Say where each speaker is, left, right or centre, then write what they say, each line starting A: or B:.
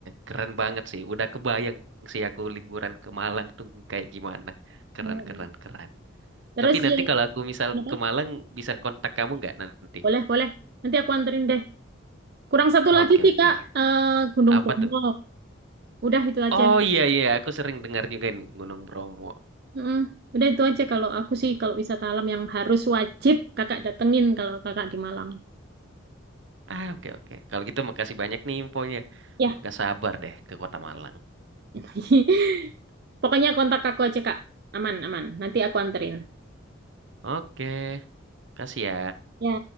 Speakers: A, on the right; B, on the right.
A: keren banget sih. Udah kebayang sih aku liburan ke Malang tuh kayak gimana. Keren
B: Mm.
A: keren keren.
B: Terus
A: Tapi nanti
B: yang
A: kalau aku misal
B: apa?
A: ke Malang bisa kontak kamu nggak nanti?
B: Boleh, boleh. Nanti aku anterin deh. Kurang satu
A: Oke
B: lagi sih,
A: oke.
B: Kak. Eh, Gunung
A: Apa
B: Bromo.
A: tuh?
B: Udah itu aja.
A: Oh iya iya, aku sering dengar juga nih Gunung Bromo.
B: Mm-mm. Udah itu aja kalau aku sih kalau wisata alam yang harus wajib Kakak datengin kalau Kakak di Malang.
A: Ah oke oke. Kalau gitu makasih banyak nih infonya.
B: Ya.
A: Gak sabar deh ke Kota Malang.
B: <laughs> Pokoknya kontak aku aja, Kak. Aman, aman. Nanti aku anterin.
A: Oke, kasih ya.
B: Ya.